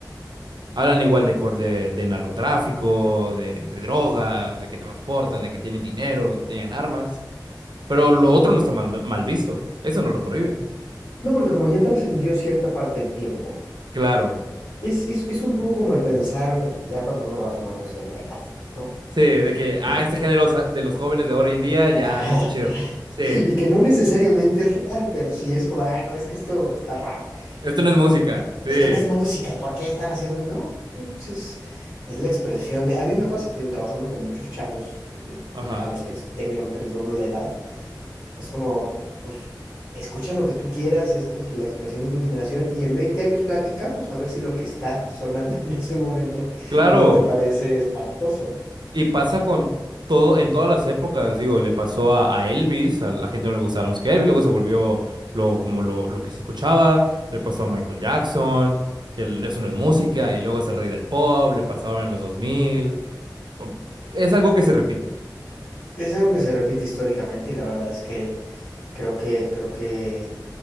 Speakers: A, on the right; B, on the left.
A: Hablan igual
B: Y-
A: de, cor- de, de narcotráfico, de, de drogas, de que transportan, de que tienen dinero, de que tienen armas. Pero lo otro no está mal, mal visto. Eso no lo prohíben.
B: No, porque como ya trascendió cierta parte del tiempo,
A: Claro,
B: es, es, es un poco como el pensar ya cuando uno va sumando cierta edad, ¿no?
A: sí, de que, ah,
B: De,
A: este género sa- de los jóvenes de ahora hoy en día ya
B: <laughs> ajá,
A: no está chido. Sí,
B: y que no necesariamente es real, pero sí es como, ah, no, es que esto está raro.
A: esto no
B: Y
A: es música. Sí,
B: esto no es música, ¿y por qué están haciendo? No, pues es, es la expresión de, a mí me pasa, te digo, trabajando con muchos chavos eh, de- pues,
A: ajá.
B: a los que les- técnicamente les doblo la edad. Es como, pues, escucha lo que tú quieras, esto es la expresión de tu generación y en 20 años platicamos a ver si lo que está sonando <laughs> en ese momento
A: Claro,
B: no te parece espantoso.
A: y pasa con todo, en todas las épocas, digo, le pasó a, a Elvis, a la gente no le gustaba la música de Elvis, luego se volvió lo, como lo, lo que se escuchaba, le pasó a Michael Jackson, que el- eso no es música, y luego es el rey del pop, le pasaba en los 2000. o- Es algo que se repite.
B: Es algo que se repite históricamente y la verdad es que creo que, creo que